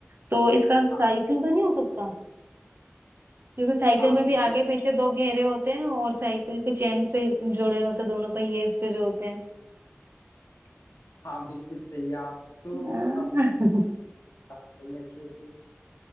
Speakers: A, on the right; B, on the left.
A: तो इसका साइकिल
B: हाँ
A: तो नहीं हो सकता क्योंकि साइकिल
B: आपने
A: में भी आगे
B: तो
A: पीछे दो घेरे होते हैं और साइकिल की चेन से जुड़े होते हैं दोनों पहिए उसके जो होते हैं
B: हाँ बिल्कुल सही है आप तो
A: आह,
B: अब
A: <laughs>
B: बता रही हैं अच्छे से